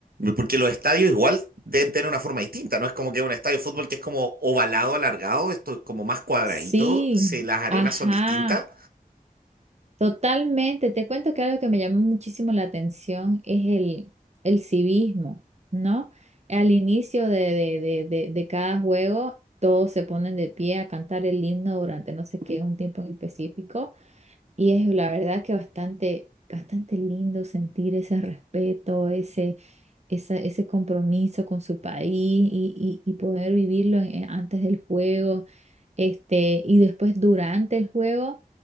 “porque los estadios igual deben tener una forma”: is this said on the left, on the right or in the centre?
Right